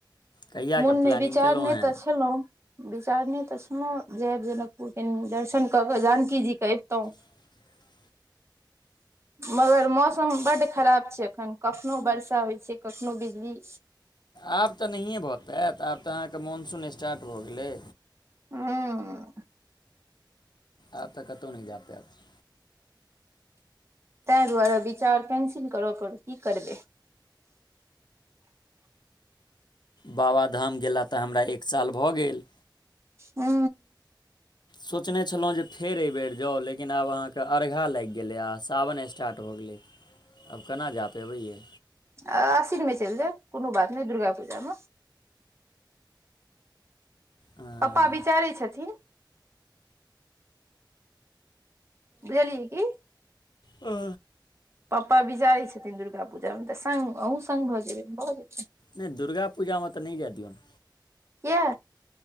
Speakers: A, on the left; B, on the right.
A: कहियाके
B: मनमे
A: प्लानिंग
B: विचार
A: केलहुँ
B: नहि
A: हेँ
B: छलहुँ। विचार ने तऽ ओहनो जायब, जनकपुर कनि दर्शन कऽ कऽ जानकी जीकेँ अबितहुँ।
A: <inaudible>
B: मगर मौसम बड्ड खराब छै। एखन कखनो वर्षा होइ छै, कखनो बिजली।
A: आब तऽ नहिए भऽ पाबै, आब तऽ अहाँकेँ मॉनसून स्टार्ट भऽ गेलै।
B: ह
A: आब तक कतहु नहि जा पेब
B: तेहि दुआरे विचार कैंसिल करऽ पड़त, की करबै।
A: बाबाधाम गेलासँ हमरा एक साल भऽ गेल।
B: हू
A: सोचने छलहुँ जे फेर एहिबेर जाउ, लेकिन आब अहाँकेँ अर्घा लागि गेलै आ सावन स्टार्ट भऽ गेलै। आब केना जा पयबैये।
B: आ अश्विनमे चलि जाउ, कोनो बात नहि, दुर्गा पूजामे।
A: अँ,
B: पप्पा विचारै छथिन। बुझलियै कि।
A: हू
B: पप्पा विचारैत छथिन, दुर्गा पूजामे तऽ सङ्ग अहूँ सङ्ग भऽ जेबै, भऽ जेतै।
A: नहि, दुर्गा पूजामे तऽ नहि जाय दियौन।
B: किया